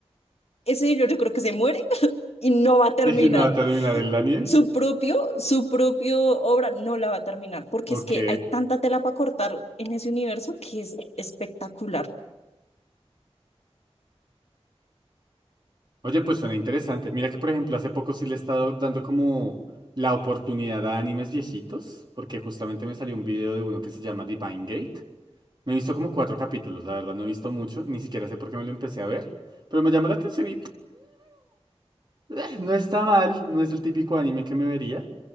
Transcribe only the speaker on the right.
Y nada, terminar el anime.
Ok.
Oye, pues suena interesante. Mira que, por ejemplo, hace poco sí le he estado dando como la oportunidad a animes viejitos, porque justamente me salió un video de uno que se llama Divine Gate. Me he visto como cuatro capítulos, la verdad, no he visto mucho, ni siquiera sé por qué me lo empecé a ver, pero me llamó la atención y Eh, no está mal, no es el típico anime que me vería,